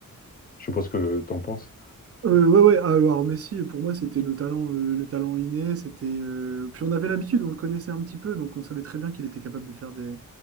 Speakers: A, on the left (about 25°); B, on the right (about 45°).
A: je sais pas ce que t'en penses.
B: Euh, ouais, ouais, ah, alors Messi, pour moi, c'était le talent, euh, le talent inné, c'était, euh, puis on avait l'habitude, on le connaissait un petit peu, donc on savait très bien qu'il était capable de faire des,